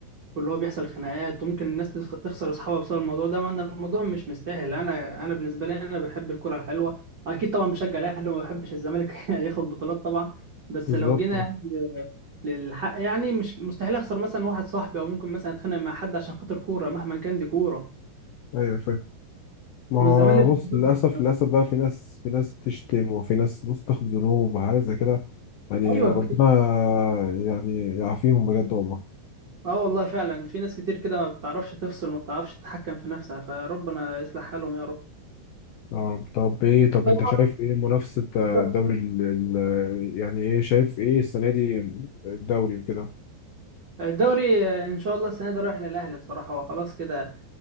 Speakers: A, on the right; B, on the left.
A: واللي هو بيحصل خناقات وممكن الناس تخ- تخسر اصحابها بسبب الموضوع ده مع ان الموضوع مش مستاهل انا انا بالنسبه لي انا بحب الكره الحلوه اكيد طبعا بشجع الاهلي وما بحبش الزمالك <laughs> ياخد بطولات طبعا بس
B: بالظبط
A: لو جينا
B: آه.
A: يعني للحق يعني مش مستحيل اخسر مثلا واحد صاحبي او ممكن مثلا اتخانق مع حد عشان خاطر كوره مهما كان دي كوره
B: ايوه فاهم ما
A: والزمالك
B: هو
A: <laughs>
B: بص للأسف للأسف بقى في ناس في ناس تشتم وفي ناس بص تاخد ذنوب وحاجات زي كده يعني
A: ايوه
B: ربنا
A: كتير
B: يعني يعافيهم بجد والله
A: اه والله فعلا في ناس كتير كده ما بتعرفش تفصل وما بتعرفش تتحكم في نفسها فربنا يصلح حالهم يا رب
B: آه، طب ايه
A: طب
B: طب
A: انت
B: انت شايف ايه منافسة آه،
A: بقى-
B: الدوري ال... ال... يعني ايه شايف ايه السنة دي الدوري وكده
A: الدوري آه، ان شاء الله السنه دي رايح للاهلي بصراحه هو خلاص كده